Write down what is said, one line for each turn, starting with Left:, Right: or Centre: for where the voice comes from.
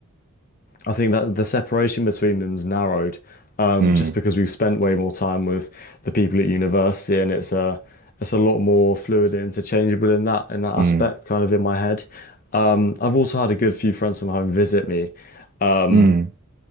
Left: I think that the separation between them's narrowed, um,
Right: mm,
Left: just because we've spent way more time with the people at university and it's a it's a lot more fluid and interchangeable in that in that aspect,
Right: mm, mm,
Left: kind of in my head. Um, I've also had a good few friends from home visit me. Um,
Right: mm,